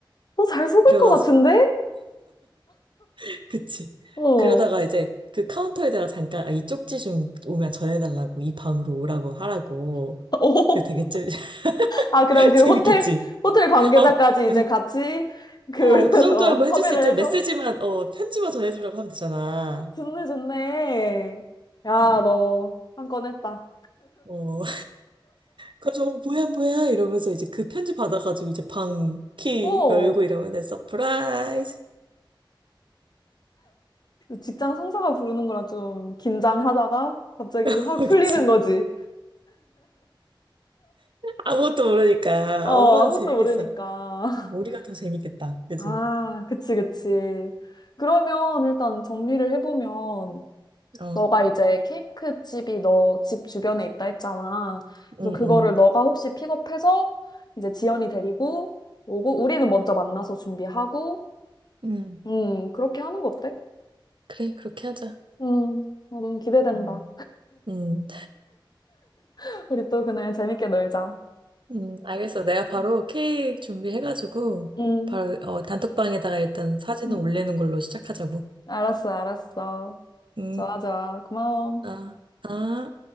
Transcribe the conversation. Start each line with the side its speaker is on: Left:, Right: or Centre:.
Left: 너 잘 속을
Right: 그래가지고,
Left: 것 같은데?
Right: <laughs> 그치.
Left: 어.
Right: 그러다가 이제 그 카운터에다가 잠깐, 아, 이 쪽지 좀 오면 전해달라고, 이 방으로 오라고 하라고.
Left: 오
Right: 그 되게
Left: <laughs>
Right: 좀 <laughs>
Left: 아, 그럼 그
Right: 재밌겠지.
Left: 호텔, 호텔 관계자까지
Right: 어, 그래서,
Left: 이제 같이 그,
Right: 어,
Left: <laughs>
Right: 그 정도야
Left: 어,
Right: 뭐
Left: 섭외를
Right: 해줄 수 있지.
Left: 해서?
Right: 메시지만, 어, 편지만 전해주라고 하면 되잖아.
Left: 좋네, 좋네. 야,
Right: 음.
Left: 너 한 건 했다.
Right: 어. 그래서 어, 뭐야 뭐야 이러면서 이제 그 편지 받아가지고 이제 방 키
Left: 오!
Right: 열고 이러면 서프라이즈
Left: 직장 상사가 부르는 거라 좀 긴장하다가 갑자기
Right: <laughs>
Left: 확 풀리는
Right: 그치
Left: 거지.
Right: 아무것도 모르니까
Left: 어,
Right: 얼마나
Left: 아무것도
Right: 재밌겠어
Left: 모르니까. <laughs>
Right: 우리가 더 재밌겠다 그치
Left: 아, 그치, 그치. 그러면 일단 정리를 해보면,
Right: 어
Left: 너가 이제 케이크 집이 너 집 주변에 있다 했잖아. 그래서
Right: 응응
Left: 그거를
Right: 응
Left: 너가 혹시 픽업해서 이제 지연이 데리고 오고, 우리는 먼저 만나서 준비하고,
Right: 응,
Left: 음, 그렇게 하는 거 어때?
Right: 그래 그렇게 하자
Left: 음, 어, 너무 기대된다.
Right: 음. 음,
Left: <laughs> 우리 또 그날 재밌게 놀자.
Right: 음, 알겠어. 내가 바로
Left: 음,
Right: 케이크 준비해가지고,
Left: 음.
Right: 바로, 어, 단톡방에다가 일단 사진을
Left: 음.
Right: 올리는 걸로 시작하자고.
Left: 알았어, 알았어.
Right: 음,
Left: 좋아, 좋아. 고마워.
Right: 아, 아.